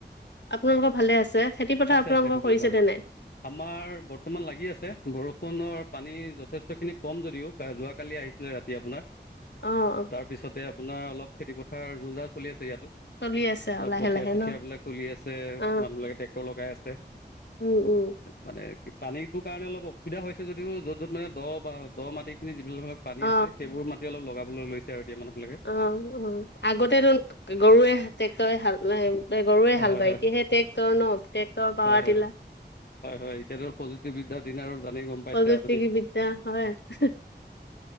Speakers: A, on the left; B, on the left.
A: আপোনালোকৰ ভালে আছে? খেতি পথাৰ
B: আছে
A: আপোনালোকৰ
B: আছে সকলোৱে
A: কৰিছেনে
B: ভাল
A: নাই
B: আমাৰ বৰ্তমান লাগি আছে বৰষুণৰ পানী যথেষ্টখিনি কম যদিও যোৱাকালি আহিছিলে ৰাতি আপোনাৰ
A: অ অ
B: তাৰপিছতে আপোনাৰ অলপ খেতি পথাৰ যোৰ যাৰ চলি আছে ইয়াত
A: চলি আছে
B: অলপ
A: আৰু লাহে
B: কঠিয়া
A: লাহে
B: চঠিয়া
A: ন
B: বিলাক তুলি আছে
A: অ
B: মানুহ বিলাকে লগাই আছে
A: উম উম
B: মানে পানীটোৰ কাৰণে অলপ অসুবিধা হৈছে যদিও য'ত য'ত মানে দ বা দ মাটিখিনি বিভিন্ন ধৰক পানী
A: অ
B: আছে সেইবোৰ মাটি অলপ লগাব লৈছে আৰু এতিয়া মানুহবিলাকে
A: অ অ আগতেতো গৰুৱে টেক্টৰে হাল গৰুৱে হাল
B: হয়
A: বায়
B: হয়
A: এতিয়া সে ট্ৰেক্টৰ ন ট্ৰেক্টৰ পাৱাৰ
B: হয় হয়
A: তিলা
B: হয় হয় এতিয়াতো পজিটি বিদ্যাৰ দিন আৰু জানেই গম পাইছে
A: প্ৰযুক্তি
B: আধুনিক
A: বিদ্যা হয়